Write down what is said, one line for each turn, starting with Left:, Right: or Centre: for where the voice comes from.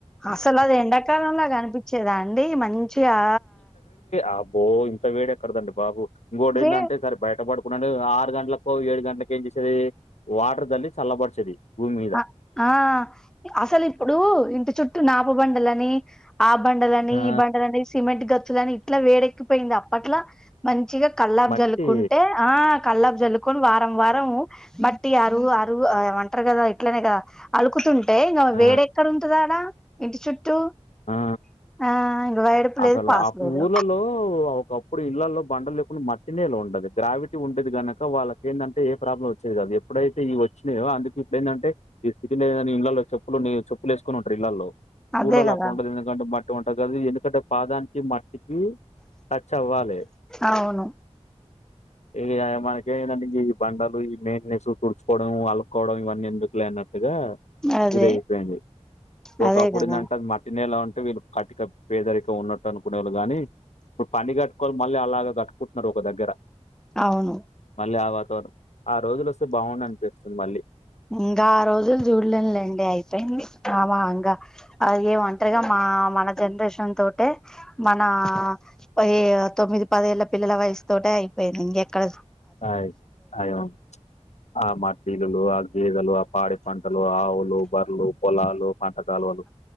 Centre: అసలు అది ఎండాకాలం లాగా అనిపించేదాండి మంచిగా.
Left: ఆ బో ఇంత వేడేక్కడదండి బాబు ఇంకోటి
Centre: వే
Left: ఏందంటే ఈసారి బయటపడు. ఇప్పుడంటే ఆరు గంటలకు, ఏడు గంటలకేంచేసేది వాటర్ జల్లి చల్లబరిచేది. భూమి మీద.
Centre: ఆ, ఆ అసలు ఇప్పుడు ఇంటి చుట్టూ నాపబండలని. ఆ బండలని,
Left: ఆ!
Centre: ఈ బండలని సిమెంట్ గచ్చులని ఇట్లా వేడెక్కిపోయింది అప్పట్లా మంచిగా. కల్లాపి
Left: మట్టి
Centre: జల్లుకుంటే ఆ. కల్లాపి జల్లుకొని వారం, వారం మట్టి అరువు, అరువు ఏమో అంటారు కదా. ట్లేనేదా అలుకుతుంటే ఇగ
Left: ఆ!
Centre: వేడెక్కడ ఉంటుదాడా ఇంటి చుట్టూ.
Left: ఆ
Centre: ఆ ఇంక వేడుపు
Left: అసలు
Centre: లేదు పాస్
Left: అప్
Centre: లేదు
Left: ఊర్లల్లో ఒకప్పుడు ఇండ్లల్లో బండల్ లెవ్. ప్పుడు మట్టినేలా ఉండది గ్రావిటీ ఉండది, గనక వాళ్లకేందంటే ఏ ప్రాబ్లం వచ్చేది కాదు ఎప్పుడైతే ఈ వ. <unintelligible> అందుకు ఇప్పుడేందంటే, ఈ సిటీలే గాని ఇండ్లల్లో చెప్పులున్ని, చెప్పులు వేసుకుని ఉంటారు ఇళ్లల్లో.
Centre: అదే కాద
Left: ఉంటది <unintelligible> బక్కగా ఉంటది <unintelligible> ఏందో. ఇక్కటి పాదానికి మట్టికి టచ్ అవ్వాలే.
Centre: అవును
Left: <unintelligible> మనకి ఏందంటే ఈ బండలు, ఈ మెయినెస్ తుడుచుకోవడం అల్లుక్కోవడం ఇవన్నీ ఎందుకులే అన్నట్టుగా.
Centre: అదే
Left: ఇది అయిపోయింది ఒకప్పుడు
Centre: అదే కదా
Left: ఏందంట మ. నేల ఉంటే వీళ్ళు కటిగా పేదరిక ఉన్నట్టు అనుకునే వాళ్ళు గాని. ఇప్పుడు పని కట్టుకోని మళ్ళీ అలాగ గట్టుకుంటున్నారు ఒక దగ్గర.
Centre: అవును
Left: లే వాతావరణం ఆ రోజులు వస్తే బాగుండు అనిపిస్తుంది మళ్ళీ.
Centre: ఇంగా ఆ రోజులు చూడలేంలే, ఇంగ అయిపోయింది అమా ఇంగ అది ఏ ఒంటరిగా మా. ఆ మన జనరేషన్ తోటె మన <inaudible> తొమ్మిది, పది ఏళ్ల పిల్లల వయసు. తోటే అయిపోయింది ఇంగేక్కడ.
Left: ఆయి అయమ్ ఆ మట్టిగలు, ఆ గేదలు ఆ. పాడి పంటలు, ఆవులు, బర్రలు, పొలాలు, పంట కాలువలు